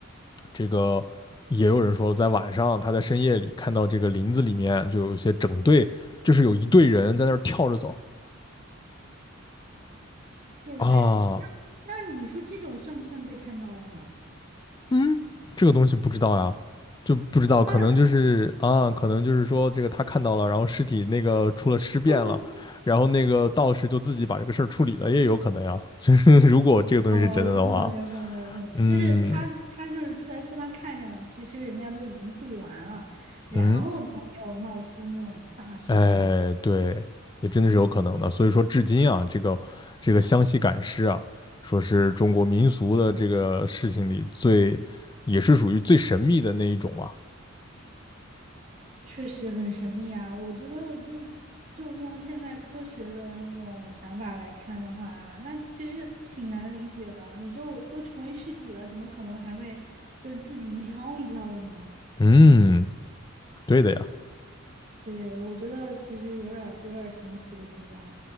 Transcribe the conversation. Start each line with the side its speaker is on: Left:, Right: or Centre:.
Left: 这个也有人说在晚上他在深夜里看到这个林子里面就有一些整队，就是有一队人在那儿跳着走。
Right: 就是在那那你说这种算不算被看到了呢？
Left: 啊，嗯，这个东西不知道呀，就不知道，
Right: 那
Left: 可能就是啊，可能就是说这个他看到了，然后尸体那个出了尸变了，
Right: <laughs>
Left: 然后那个道士就自己把这个事儿处理了，也有可能呀。<laughs> 就是如果这个东西是真的的话，
Right: 哦，有可能，有可能，有可能，
Left: 嗯
Right: 就是他，他就是出来说他看见了，其实人家都已经处理完了，然后才没有闹出那种大事儿来，
Left: 嗯，哎，对，也真的是有可能的。所以说，至今啊，这个这个湘西赶尸啊，说是中国民俗的这个事情里最，也是属于最神秘的那一种了。
Right: 确实很神秘啊。我觉得就是，就用现在科学的那种想法来看的话，那其实挺难理解的。你就都成为尸体了，怎么可能还会就是自己一条一条的呢？
Left: 嗯，对的呀。
Right: 对，我觉得其实有点儿有点儿神奇的存在。